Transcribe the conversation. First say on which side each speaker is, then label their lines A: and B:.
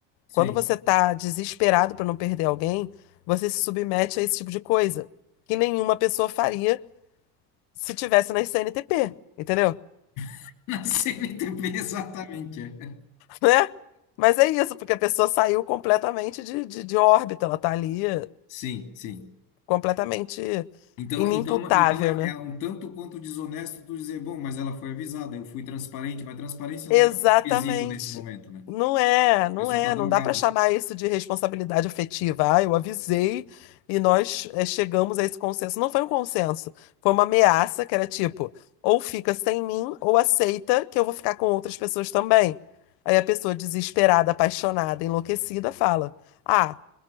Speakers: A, on the left; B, on the left.
A: Sim.
B: Quando você tá desesperado pra não perder alguém, você se submete a esse tipo de coisa que nenhuma pessoa faria se tivesse na CNTP, entendeu? <laughs>
A: <laughs> Na CNTP, exatamente. é.
B: Né? Mas é isso, porque a pessoa saiu completamente de, de, de órbita, ela tá ali eh,
A: Sim, sim.
B: completamente
A: Então,
B: inimputável,
A: então, então é,
B: né?
A: é um tanto quanto desonesto tu dizer, bom, mas ela foi avisada, eu fui transparente, mas transparência
B: Exatamente.
A: não é um quesito nesse momento, né?
B: Não é, não
A: A pessoa
B: é,
A: está drogada,
B: não dá para chamar isso de responsabilidade afetiva. Ah, eu avisei e nós eh, chegamos a esse consenso. Não foi um consenso, foi uma ameaça que era tipo, ou fica sem mim, ou aceita que eu vou ficar com outras pessoas também. Aí a pessoa desesperada, apaixonada, enlouquecida fala: Ah,